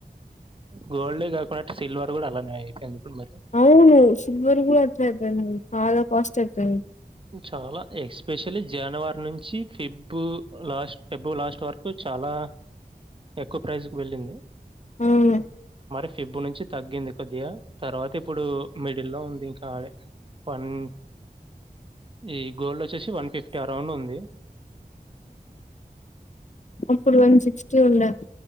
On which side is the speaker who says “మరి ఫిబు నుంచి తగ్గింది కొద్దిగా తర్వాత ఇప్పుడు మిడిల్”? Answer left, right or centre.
Right